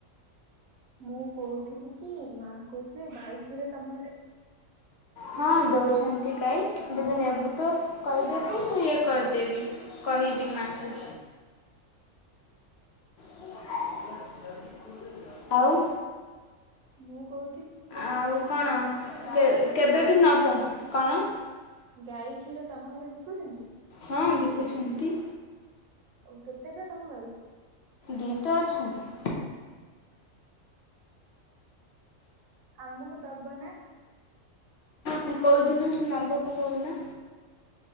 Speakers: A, on the right (about 85°); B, on the left (about 60°).
A: ମୁଁ କହୁଥିଲି କି ମା କହୁଥିଲେ ଗାଈ କ୍ଷୀର ତମ ଘରେ ବି
B: ହଁ ଦଉଛନ୍ତି ଗାଈ ଦେବେନି ଆଉ ନେବୁ ତ କହିଦେବୁ ମୁଁ ଇଏ କରିଦେବି କହିବି ମାଙ୍କୁ। <unintelligible> ଆଉ
A: ହଁ ମୁଁ କହୁ
B: ଆଉ କଣ
A: ଘରେ ବିକୁଥିଲେ?
B: କେବେଠୁ ନବ କଣ
A: ଗାଈ କ୍ଷୀର ତମ ଘରେ ବିକୁଛନ୍ତି?
B: ହଁ ବିକୁଛନ୍ତି
A: ଆଉ କେତେଟା ତମ ଗାଈ?
B: ଦିଟା ଅଛନ୍ତି।
A: ଆମକୁ ଦବନା।
B: ହଁ କୋଉ ଦିନଠୁ ନବ କହୁନା।